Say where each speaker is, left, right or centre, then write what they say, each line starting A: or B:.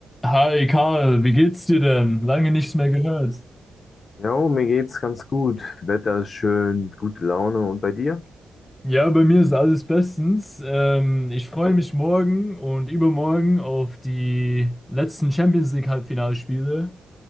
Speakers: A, on the left; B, on the left.
A: Hi Karl, wie geht's dir denn? Lange nichts mehr gehört.
B: Jo, mir geht's ganz gut. Wetter ist schön, gute Laune. Und bei dir?
A: Ja, bei mir ist alles bestens. Ähm, ich freue mich morgen und übermorgen auf die letzten Champions League Halbfinalspiele.